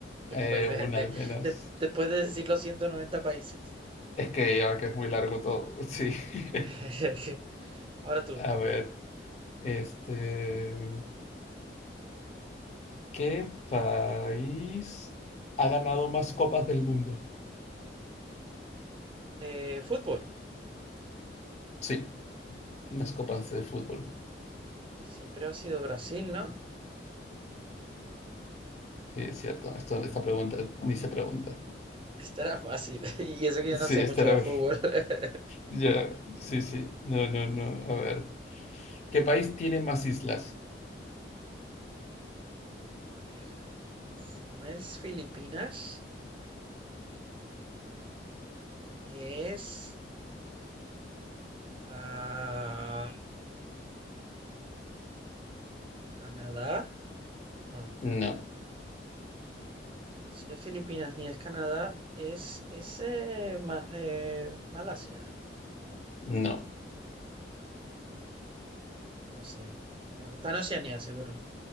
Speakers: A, on the right; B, on the left.
A: Después
B: Eh,
A: de,
B: una
A: de-
B: al menos.
A: de- después de decir los 190 países.
B: Es que ya que es muy largo todo, sí. <laughs>
A: <laughs> Ahora tú.
B: A ver, este, ¿qué país ha ganado más copas del mundo?
A: Eh, fútbol.
B: Sí, más copas de fútbol.
A: Pues siempre ha sido Brasil, ¿no?
B: Sí, es cierto. Esto, esta pregunta ni se pregunta.
A: Estará fácil. <laughs> Y eso que yo
B: Sí,
A: no sé
B: esta
A: mucho
B: era.
A: de fútbol. <laughs>
B: Ya, sí, sí. No, no, no. A ver. ¿Qué país tiene más islas?
A: A ver, si no es Filipinas, es ah, Canadá. No,
B: No,
A: si no es Filipinas ni es Canadá, es, es eh, Ma- eh, Malasia.
B: no,
A: No sé. No, está en Oceanía, seguro.